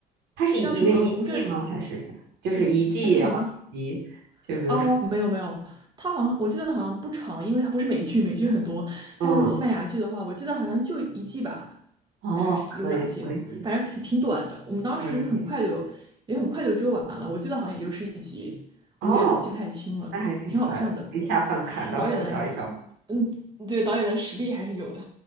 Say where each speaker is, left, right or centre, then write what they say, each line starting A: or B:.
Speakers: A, on the right; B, on the right.
A: 它是一个一季吗？
B: 叫什么《无证》，
A: 还是就是一季，
B: 它是什么？
A: 然后几集？就比如说，
B: 哦，没有没有，它好像我记得好像不长，因为它不是美剧，美剧很多，
A: 嗯嗯，
B: 它就是西班牙剧的话，我记得好像就一季吧，
A: 哦，
B: 还还是有两季，
A: 可以可以
B: 反正挺挺短的。我们当时就很快就也很快就追完了，
A: 可以，
B: 我记得好像也就十几集，我有点记不太清了，
A: 哦，那还挺快的，
B: 挺好看的。
A: 可以下饭看，
B: 嗯导演的，
A: 到时候我找一找。
B: 嗯，对，导演的实力还是有的。